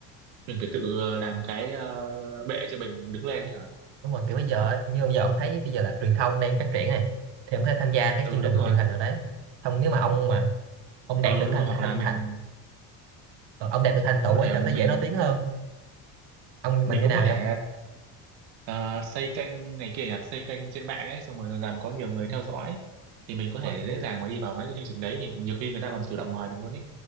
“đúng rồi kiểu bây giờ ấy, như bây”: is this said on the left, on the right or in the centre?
Right